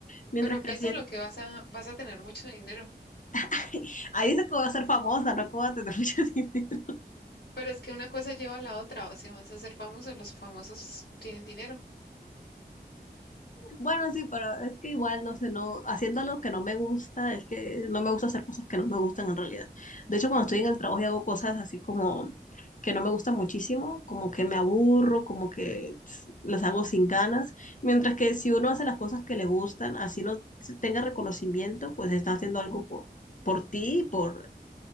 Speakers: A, on the left (about 50°); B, on the left (about 75°).
A: Mientras
B: Pero
A: que
B: piensa
A: haciendo...
B: lo que vas a, vas a tener mucho dinero.
A: <laughs> Ahí dice que voy a ser famosa, no que voy a tener muchos <laughs> dinero.
B: Pero es que una cosa lleva a la otra, o sea, vas a ser famoso, los famosos tienen dinero.
A: Bueno, sí, pero es que igual, no sé, no, haciendo algo que no me gusta, es que no me gusta hacer cosas que no me gustan en realidad. De hecho, cuando estoy en el trabajo y hago cosas así como que no me gustan muchísimo, como que me aburro, como que tss, las hago sin ganas, mientras que si uno hace las cosas que le gustan, así no se tenga reconocimiento, pues está haciendo algo por, por ti, por